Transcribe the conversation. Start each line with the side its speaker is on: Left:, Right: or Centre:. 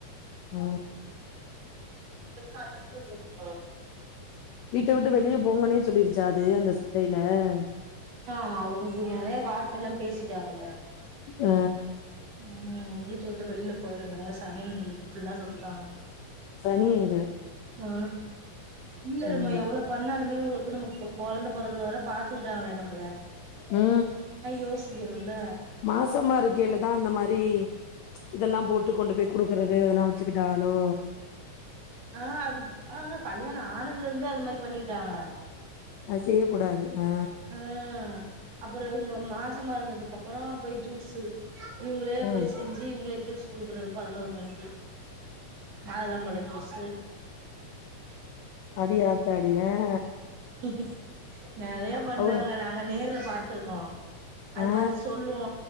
Left: உ
Right: இப்ப இருந்தா அஜஸ் பன்ணிப்போ
Left: வீட்ட விட்டு வெளிய போங்கனே சொல்லிருச்சா அது அந்த ச ந
Right: ஆ அவ்ங்களுகு நெறயா வார்தைலா பேசிடாங்கள
Left: ஆ
Right: உ ஆ வீட்ட விட்டு வெளில போயிடுங்க சனியனுங்களுக்கு இப்பில்லா சொல்ட்டாங்க
Left: சனி எங்க
Right: ஆ இல்லருமா
Left: ம்
Right: எவ்ளோ பண்ணாலு இன்மே இவங்களுக்கு நம்மலுக்கு கொழந்த பொறக்கறவர பாத்துகிட்டாங்களே வரபாத்துகிடாங்களே நம்ம
Left: உ
Right: யோசிக்கணும்ல
Left: மாசமா இருக்கேலதா அந்த மாரி ரி இதெல்லாம் போட்டு கொண்டு போய் குடுக்கறது அதெல்லாம் வச்சிக்கிட்டாலோ
Right: ஆ அது ஆஹ கல்யாணம் ஆனதுல இருந்தே அந்த மாரி பண்ணிகிட்டாங்க
Left: அது செய்ய கூடாது ஆ
Right: ஹம் அப்புறம் இவங்க மா சமா இருந்ததுக்கு அப்புறம் போய் ஜூஸு இவுங்களே
Left: ம்
Right: போய் செஞ்சி இவங்களே ஜூஸ் ஸ் குடுக்குறது பதினோரு மணி்க்கு மாதுளம்பழம் ஜுஸ்
Left: அடியாத்தாடி ஆ
Right: <unintelligible> நறையா பண்ணாங்க
Left: அவ
Right: நாங்க நேர்ல பாத்துருக்கோம் அது
Left: ஆ
Right: பாத்து சொல்லும்